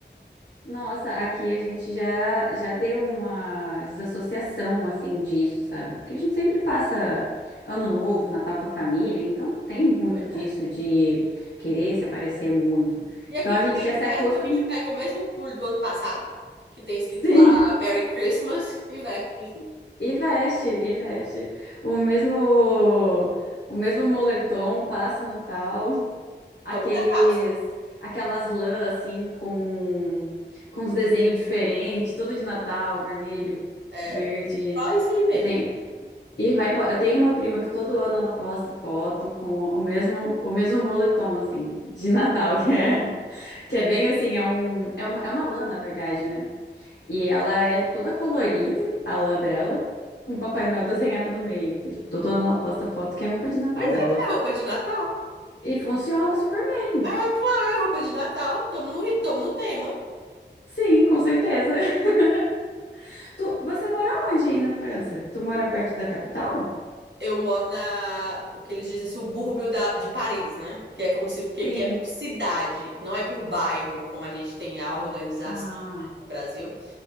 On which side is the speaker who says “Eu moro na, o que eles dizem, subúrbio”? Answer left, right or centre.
Right